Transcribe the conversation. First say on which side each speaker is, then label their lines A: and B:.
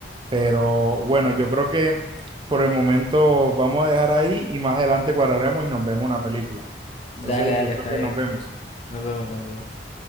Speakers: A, on the right; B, on the left.
A: Pero bueno, yo creo que por el momento vamos a dejar ahí y más adelante cuadraremos y nos vemos una película.
B: Dale,
A: Entonces,
B: dale,
A: yo creo
B: está
A: que
B: bien.
A: nos vemos.
B: Nos vemos, nos vemos.